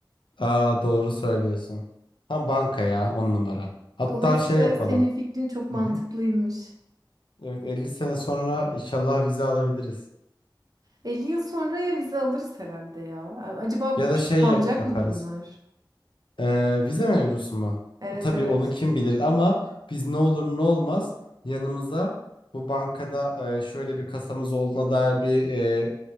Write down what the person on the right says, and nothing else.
Dolayısıyla
senin fikrin çok mantıklıymış.
50 yıl sonra ya vize alırız herhalde ya. Acaba
ş-
kalacak
mı bunlar?
Evet
evet.